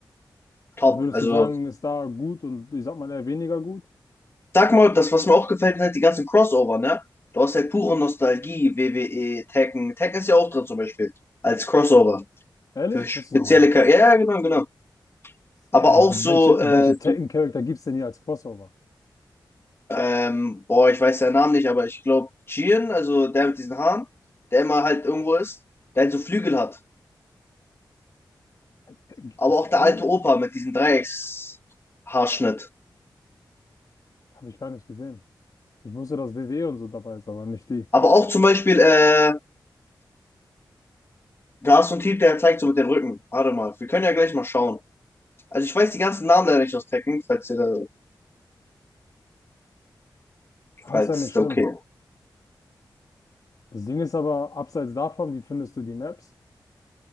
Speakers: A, on the left; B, on the left.
A: Top.
B: was würdest
A: Also,
B: du sagen, ist da gut und ich sag mal eher weniger gut?
A: sag mal, das, was mir auch gefällt, sind halt die ganzen Crossover, ne? Du hast halt pure Nostalgie, W W E Tekken. Tekken ist ja auch drin zum Beispiel. Als Crossover.
B: Ehrlich?
A: Für spezielle
B: Wusste ich nicht mal.
A: Charaktere. Ja, ja, genau, genau. Aber
B: Äh,
A: auch
B: welche
A: so, äh,
B: welche Tekken-Charakter
A: du,
B: gibt es denn hier als Crossover?
A: ähm, boah, ich weiß seinen Namen nicht, aber ich glaube, Chien, also der mit diesen Haaren, der immer halt irgendwo ist, der halt so Flügel hat.
B: Tekken gibt
A: Aber
B: es hier
A: auch der
B: ehrlich?
A: alte Opa mit diesem Dreieckshaarschnitt.
B: Habe ich gar nicht gesehen. Ich wusste, dass WWE und so dabei ist, aber nicht die.
A: Aber auch zum Beispiel, äh, da ist so ein Typ, der zeigt so mit dem Rücken. Warte mal, wir können ja gleich mal schauen. Also ich weiß die ganzen Namen leider nicht aus Tekken, falls ihr da,
B: Ah,
A: falls,
B: ist ja nicht schlimm.
A: da okay.
B: Das Ding ist aber, abseits davon, wie findest du die Maps?